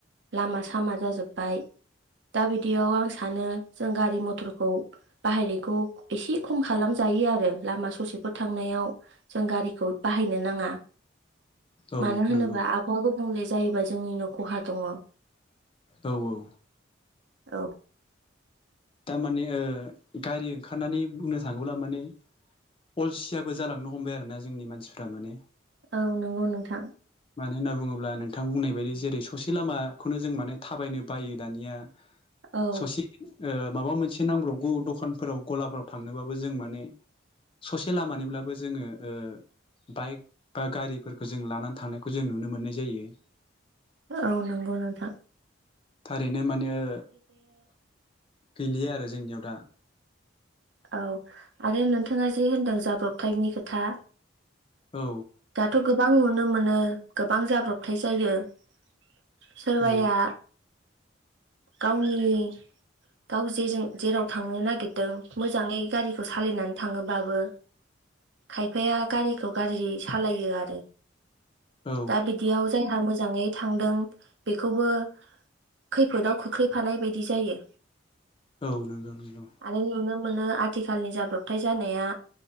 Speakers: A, on the right; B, on the left.
A: लामा सामा जाजोबबाय दा बिदियाव आं सानो जों गारि मथरखौ बाहायनायखौ एसे खम खालाम जायो आरो लामा ससेफोर थांनायाव जों गारिखौ बाहायनो नाङा
B: औ
A: मानो होनोबा
B: नंगौ
A: आबहावखौ गुबुंले जायोबा जोंनिनो खहा दङ।
B: औ औ
A: औ
B: दा माने ओ गारि ओंखारनानै बुंनो थाङोब्ला माने अलसियाबो जालांनो हमबाय आरो ना जोंनि मानसिफ्रा माने
A: औ नंगौ नोंथां
B: मानो होनना बुङोब्ला नोंथां बुंनाय बायदि जेरै ससे लामाखौनो जों माने थाबायनो बायो दानिया
A: औ
B: ससि ओ माबा मोनसे नांब्रबगौ दखानफोराव गलाफ्राव थांनोबाबो जों माने ससे लामानिब्लाबो जोङो ओ बाइक बा गारिफोरखो जों लानानै थांनायखौ जों नुनो मोननाय जायो।
A: औ नंगौ नोंथां ।
B: ओरैनो माने ओ गैलिया आरो जोंनियाव दा ।
A: औ आरो नोंथाङा जे होनदों जाब्रबथायनि खोथा
B: औ
A: दाथ' गोबां नुनो मोनो गोबां जाब्रबथाय जायो । सोरबाया
B: औ
A: गावनि गाव जेजों जेराव थांनो नागिरदों मोजाङै गारिखौ सालायनानै थाङोबाबो खायफाया गारिखौ गाज्रि सालायो आरो।
B: औ
A: दा बिदियाव जायहा मोजाङै थांदों बेखौबो खैफोदाव खोख्लैफानाय बायदि जायो।
B: औ नोंगौ नोंगौ।
A: आरो नुनो मोनो आथिखालनि जाब्रबथाय जानाया